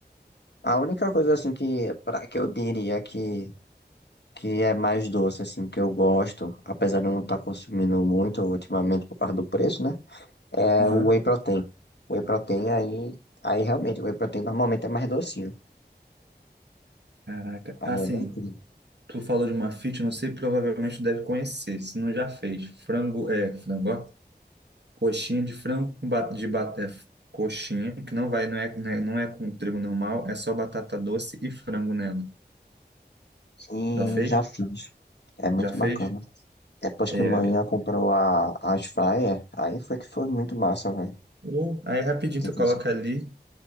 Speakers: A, on the left (about 75°); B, on the right (about 75°).
A: A única coisa, assim, que, pra, que eu diria que, que é mais doce, assim, que eu gosto, apesar de eu não estar consumindo muito ultimamente por causa do preço, né? É
B: Aham.
A: o whey protein. O whey protein aí. Aí realmente, o whey protein normalmente é mais docinho.
B: Caraca,
A: Aí
B: assim,
A: é bacana.
B: tu falou de uma fit, não sei, provavelmente tu deve conhecer, se não já fez. Frango, é, frango, ó. Coxinha de frango com ba- de ba- é, coxinha, que não vai, não é, não é, não é com trigo normal, é só batata doce e frango nela.
A: E
B: Já fez?
A: já fiz. É muito
B: Já fez?
A: bacana. Depois
B: É,
A: que manhã comprou a, a air fryer, aí foi que foi muito massa, velho.
B: ou aí é rapidinho
A: Tipo
B: tu coloca
A: assim,
B: ali,